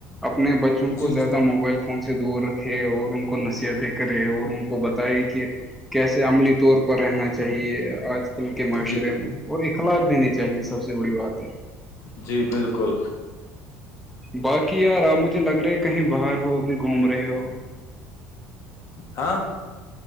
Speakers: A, in the centre; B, on the left (about 55°).
A: اپنے بچوں
B: جی
A: کو زیادہ موبائل فون سے دور رکھے اور ان کو نصیحتیں کرے اور ان کو ب ہے کہ کیسے عملی طور پر رہنا چاہیے آج کے معاشرے
B: جی
A: میں اور اخلاق دینی چاہیے سب سے بڑی بات ہے
B: جی بالکل
A: باقی یار آپ مجھے لگ رہا ہے کہیں باہر ہو اب گھوم رہے ہو
B: ہاں